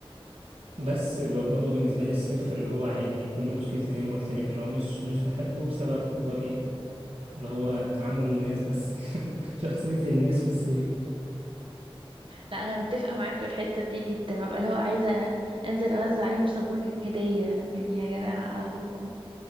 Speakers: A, on the right (about 80°); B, on the right (about 60°).
A: بس ب- برضو بالنسبة لي الصيف اللي هو عادي كل مشكلتي زي ما قلت لك اللي هو مش مش بحبه بسبب حوار ايه اللي هو تعامل الناس بس <laughs> شخصية الناس في الصيف
B: لا أنا متفقة معاك في الحتة دي جدا ببقى اللي هو عايزة أنزل أوزع عليهم صابون هدية يعني يا جماعة أرجوكم